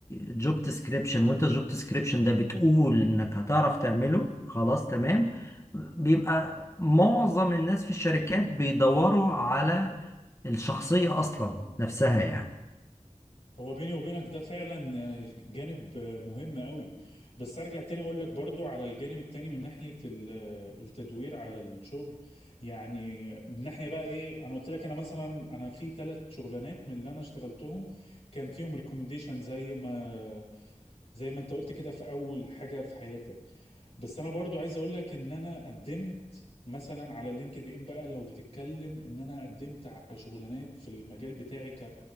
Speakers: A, on the left; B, on the left.
A: جوب ديسكريبشن وانت الجوب ديسكريبشن ده بتقول انك هتعرف تعمله خلاص تمام بيبقى معظم الناس في الشركات بيدوروا على الشخصية اصلا نفسها يعني
B: هو بيني وبينك ده فعلا آه، جانب آه، مهم قوي بس ارجع تاني اقول لك برضو على الجانب التاني من ناحية ال- آه، التدوير على الشغل يعني من ناحية بقى ايه انا قلت لك انا مثلا انا في ثلاث شغلانات من اللي انا اشتغلتهم كان فيهم ريكومنديشن زي ما زي ما انت قلت كده في اول حاجة في حياتك بس انا برضو عايز اقول لك ان انا قدمت مثلا على لينكد ان بقى لو بتتكلم ان انا قدمت على شغلانات في المجال بتاعي ك